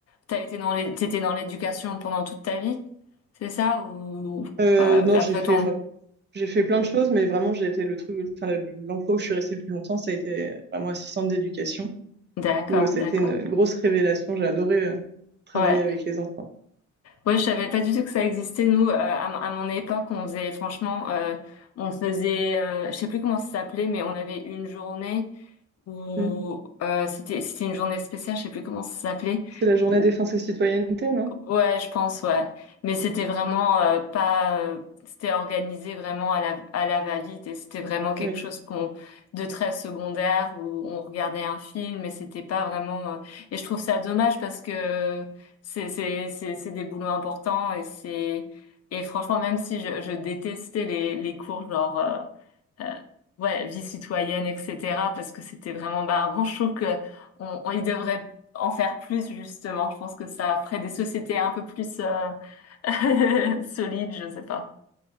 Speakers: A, on the left; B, on the right.
A: t'as été dans l'é- t'étais dans l'éducation pendant toute ta vie, c'est ça? Ou
B: euh,
A: euh,
B: non,
A: après
B: j'ai fait,
A: ton
B: enfin, j'ai fait plein de choses, mais vraiment, j'ai été le truc, enfin, le- le- l'emploi où je suis restée le plus longtemps, ça a été euh, vraiment assistante d'éducation,
A: D'accord,
B: où euh, ça
A: d'accord.
B: a été une, une grosse révélation. J'ai adoré euh, travailler
A: Ouais,
B: avec les enfants.
A: ouais, je savais pas du tout que ça existait. Nous, euh, à, m- à mon époque, on faisait, franchement, euh, on faisait, euh, je sais plus comment ça s'appelait, mais on avait une journée où
B: Mm.
A: euh, c'était, c'était une journée spéciale, je sais plus comment ça s'appelait,
B: C'est la journée
A: où
B: défense et citoyenneté, non?
A: Ouais, je pense, ouais. Mais c'était vraiment euh, pas, euh, c'était organisé vraiment à la à la va-vite et c'était vraiment quelque
B: Oui.
A: chose qu'on de très secondaire où on regardait un film et c'était pas vraiment. euh, Et je trouve ça dommage parce que c'est c'est c'est c'est des boulots importants et c'est et franchement même si je, je détestais les les cours genre euh, euh, ouais, vie citoyenne, etc. Parce que c'était vraiment barbant. Je trouve que on, on y devrait en faire plus, justement. Je pense que ça ferait des sociétés un peu plus euh, <laughs> solides, je sais pas.